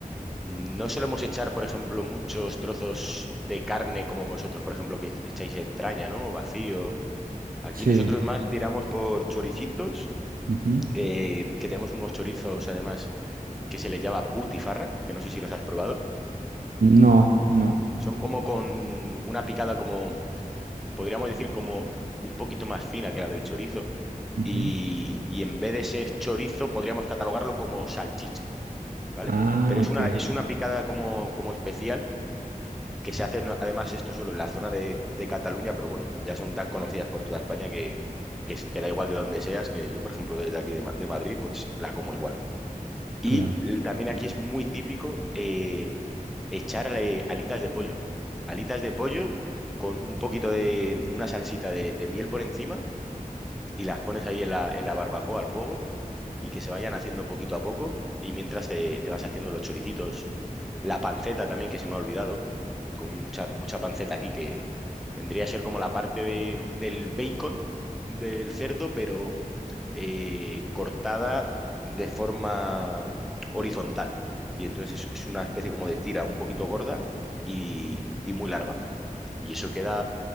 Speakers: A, in the centre; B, on the right.
A: No solemos echar, por ejemplo, muchos trozos de carne como vosotros, por ejemplo, que echáis entraña, ¿no? Vacío. Aquí
B: sí.
A: nosotros más tiramos por choricitos,
B: Ujú.
A: eh, que tenemos unos chorizos además que se les llama butifarra, que no sé si los has probado.
B: No, no.
A: Son como con una picada como, podríamos decir, como un poquito más fina que la del chorizo.
B: Ujú.
A: Y, y en vez de ser chorizo, podríamos catalogarlo como salchicha, ¿vale?
B: Ah,
A: Pero es
B: ok,
A: una, es una picada como, como especial que se hacen además esto solo en la zona de, de Cataluña, pero bueno, ya son tan conocidas por toda España que, que, que da igual de donde seas, que yo, por ejemplo, desde aquí de, Ma- de Madrid, pues la como igual. Y
B: claro.
A: l- también aquí es muy típico eh, echar eh, alitas de pollo. Alitas de pollo con un poquito de una salsita de, de miel por encima y las pones ahí en la, en la barbacoa al fuego y que se vayan haciendo poquito a poco y mientras te, te vas haciendo los choricitos la panceta también, que se me ha olvidado, con mucha, mucha panceta aquí, que vendría a ser como la parte de- del bacon del cerdo, pero eh, cortada de forma horizontal. Y entonces es, es una especie como de tira un poquito gorda y, y muy larga. Y eso queda,